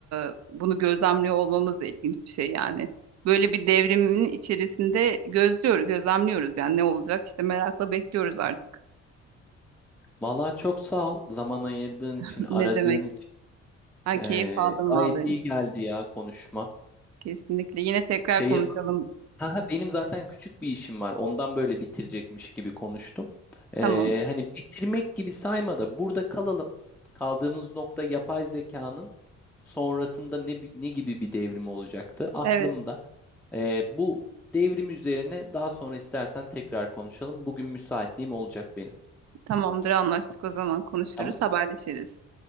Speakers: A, on the right; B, in the centre.
A: e, bunu gözlemliyor olmamız da ilginç bir şey yani. Böyle bir devrimin içerisinde gözlüyoruz, gözlemliyoruz yani ne olacak işte merakla bekliyoruz artık.
B: Vallahi çok sağ ol zaman ayırdığın
A: <laughs>
B: için, aradığın
A: Ne demek?
B: için.
A: Ha,
B: Ee,
A: keyif aldım
B: gayet
A: vallahi.
B: iyi geldi ya konuşma.
A: Kesinlikle. Yine tekrar
B: Şey
A: konuşalım.
B: yapalım mı? Ha, ha, benim zaten küçük bir işim var. Ondan böyle bitirecekmiş gibi konuştum. Ee,
A: Tamam.
B: hani bitirmek gibi sayma da burada kalalım. Kaldığımız nokta yapay zekanın sonrasında ne bi- ne gibi bir devrim olacaktı aklımda.
A: Evet,
B: Ee, bu devrim üzerine daha sonra istersen tekrar konuşalım. Bugün müsaitliğim olacak benim.
A: tamamdır anlaştık o zaman konuşuruz,
B: Tamam.
A: haberleşiriz.